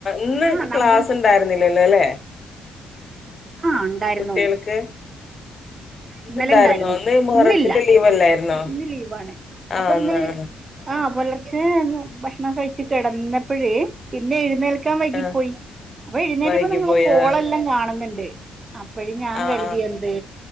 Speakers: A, on the left; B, on the right.
A: ഇന്ന്
B: ആഹ്
A: ക്ലാസ്
B: നമ്പർ
A: ഉണ്ടായിരുന്ന ഇല്ല ഇല്ല അല്ലെ
B: ആ ഇണ്ടായിരുന്നു
A: കുട്ടികൾക്ക് ഇന്നുണ്ടായിരുന്നോ
B: ഇന്നലെ ഇണ്ടായിരുന്നു
A: ഇന്ന് മുഹറത്തിന്റെ
B: ഇന്നില്ല
A: ലീവ് അല്ലായിരുന്നോ
B: ഇന്ന് ലീവാണ്
A: ആഹ്
B: അപ്പൊ ഇന്ന്
A: ആഹ് ആഹ്
B: പുലർച്ചെ ഭക്ഷണം കഴിച്ച് കിടന്നപ്പോഴേ പിന്നെ എഴുന്നേൽ കാൻ വൈകി
A: ആഹ്
B: പോയി അപ്പൊ എഴുന്നേറ്റപ്പം
A: വൈകി
B: നിങ്ങള്
A: പോയി ആഹ്
B: ഓളെല്ലാം കാണുന്നുണ്ട് അപ്പഴ്‌ ഞാൻ
A: ആഹ്
B: കരുതി എന്തേ